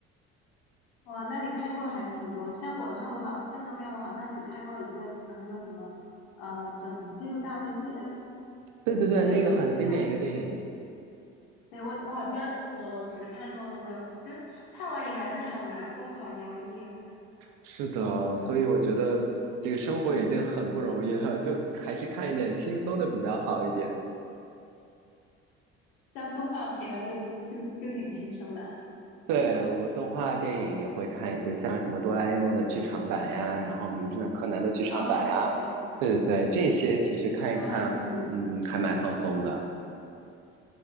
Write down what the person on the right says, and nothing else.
<laughs> 对对对，
那个很经典一个电影。
是的，所以我觉得这个生活已经很不容易了，就还是看一点轻松的比较好一点。
对，我动画电影也会看一些，像什么哆啦 A 梦的剧场版呀，然后名侦探柯南的剧场版呀，
对对对，这些其实看一看，
嗯，还蛮放松的